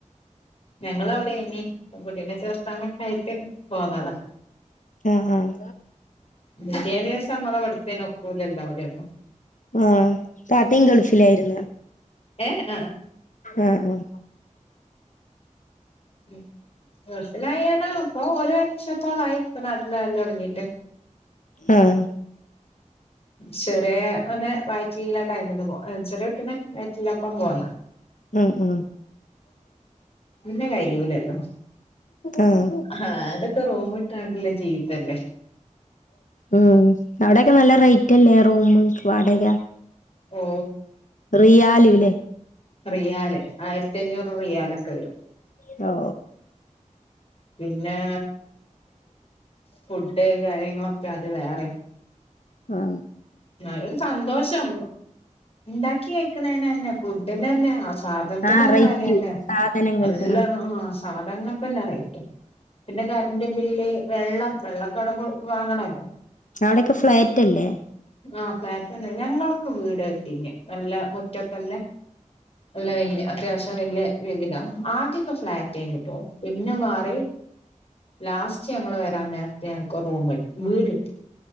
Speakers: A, on the left (about 50°); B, on the left (about 75°).
A: ഞങ്ങളവിടെനി കുട്ടീനെ ചെർത്താനോക്കെ ആയിട്ട് പോന്നതാ
B: ആഹ് ആഹ്
A: വിദ്യാഭ്യാസം നമ്മളെ അവിടുത്തേന് ഒക്കൂലല്ലോ അവിടെയൊന്നും
B: ഉം താത്തിൻ ഗൾഫിലായിരുന്ന്
A: ഏഹ്
B: ഉം ഉം
A: ഉം ഗൾഫിലായ കാരണം അപ്പൊ ഓരോ ഷത്തോളായി ഇപ്പ നാട്ടിലായല് തൊടങ്ങീട്ട്
B: ആഹ് ആഹ്
A: ചെറിയ ഓനെ വയിറ്റിലുള്ള ടൈമ്ന്ന് പോ എന്ന് വെ പിന്നെ വയറ്റി <unintelligible> പോന്ന
B: ഉം ഉം
A: പിന്നെ കഴിയൂലല്ലോ
B: ആഹ്
A: ഹാ അതൊ ക്കെ റോബോട്ടാണ്ടല്ലേ ജീവിതല്ലേ
B: ഉം അവിടെക്കെ നല്ല റേയ്റ്റല്ലേ റൂമ് വാടക
A: ഓ
B: റിയാല് ല്ലേ
A: റിയാല് ആയിരത്തിയഞ്ഞൂറ് റിയാലൊക്കെ വരും.
B: ഹ് ഓ.
A: പിന്നേ ഫുഡ് കാര്യങ്ങളൊക്കെ അത് വേറെം.
B: ഹാ
A: ന്നാലൊരു സന്തോഷം. ണ്ടാക്കി കഴിക്കണേനന്നെ ഫുഡിനന്നെ ആ സാധനത്തിനെന്നെ
B: ആ റേറ്റ്
A: വിലേന്നെ.
B: സാധനങ്ങൾക്ക്
A: നല്ല ആ സാധങ്ങൾക്കെന്നെ റേറ്റാ. പിന്നെ കരന്റ് ബില്ല് വെള്ളം വെള്ളൊക്കെ അവടെ വാങ്ങണെല്ലോ,
B: അവിടൊക്കെ ഫ്ലാറ്റല്ലേ?
A: ആ ഫ്ലാറ്റെന്നെ ഞങ്ങൾക്ക് വീട് കിട്ടിനെ നല്ല മുറ്റക്കെല്ലെ. ഉള്ള വല്യ അത്യാവശ്യം വല്യ വീതിയിണ്ടൊ? ആദ്യൊക്കെ ഫ്ലാറ്റേര്ന്ന്ട്ടോ. പിന്നെ മാറി. ലാസ്റ്റ് ഞങ്ങള് വരാൻ നേര്ത്ത് ഞങ്ങക്ക് റൂം, വീട് ഇട്ടി.